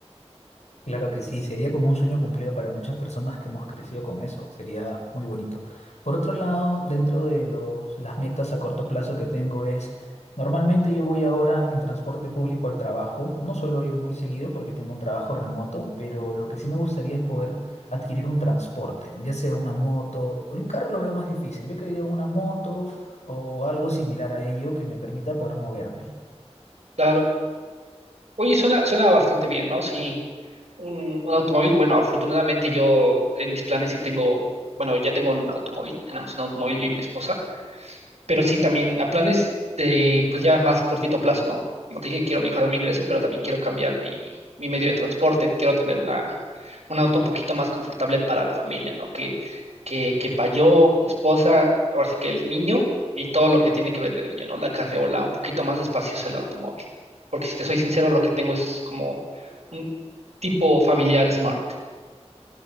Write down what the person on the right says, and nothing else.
Claro. Oye, suena, suena bastante bien, ¿no? Sí. Un, un automóvil, bueno, afortunadamente yo en mis planes sí tengo, bueno, ya tengo un automóvil, tenemos un automóvil yo y mi esposa. pero sí también a planes de, pues ya más cortito plazo, ¿no? Como te dije, quiero mejorar mi ingreso, pero también quiero cambiar mi, mi medio de transporte, quiero tener una, un auto un poquito más confortable para la familia, ¿no? Que, que, que para yo, mi esposa, ahora sí que el niño y todo lo que tiene que ver del niño, ¿no? La carriola, un poquito más espacioso el automóvil, porque si te soy sincero, lo que tengo es como un tipo familiar smart.